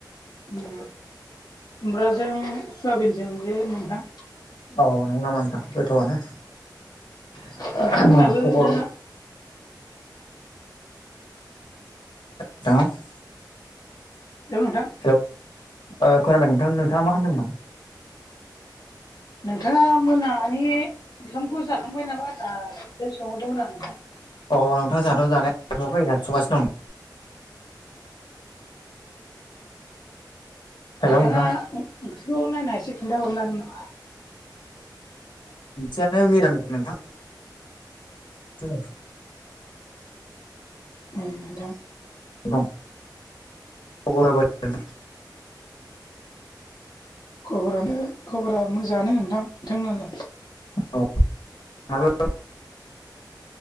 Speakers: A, on the left; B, on the left.
A: उम खुमब्राजों सवाबिनजों जे नोंथां।
B: औ नंगौ नामा नोंथां गोथावआनो।
A: नोंथांमोनाबो
B: खबर
A: दा हेलौ
B: <unintelligible>
A: हेल' नोंथां।
B: हेल' ओ खोनादों नोंथां नोंथाङा मा होनदोंमोन?
A: नोंथाङा मोनानि ओंखामखौ जाखांबाय नामा होनदां? बेखौ सोंहरदोंमोन आं नोंथां।
B: अ नोंथां जोंहाथ' जानाया जाथवाखै दासो संगासिनो दं। हेलौ
A: नोंथाङा
B: नोंथां
A: ओं ओंख्रिखौ नायना एसे खिन्थाहरनो हागोन नामा?
B: सेयानो मिरामिथ नोंथां <inaudible> <inaudible>
A: ओ नोंथां।
B: दं खबरा बोरै?
A: खबरानो खबरा मोजाङानो नोंथां। नोंथांनालाय?
B: औ आरो